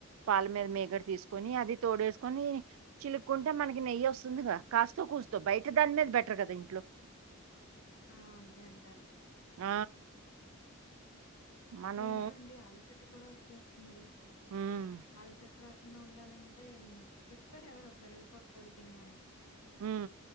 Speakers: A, on the right; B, on the left.
A: పాల మీద మీగడ తీసుకొని అది తోడేసుకొని చిలుక్కుంటే మనకి నెయ్యి వస్తుందిగా కాస్తో కూస్త బయట దాని మీద బెటర్ కదా ఇంట్లో
B: ఆ అంతే అంటారు
A: ఆ
B: ఉ
A: మనం
B: ఏంటండి అలసట కూడా వచ్చేస్తుంది
A: హ్మ్
B: అలసట రాకుండా ఉండాలంటే చెప్పారు ఎవరో ఒకరు రూపాకు పొడి తినమని
A: ఉ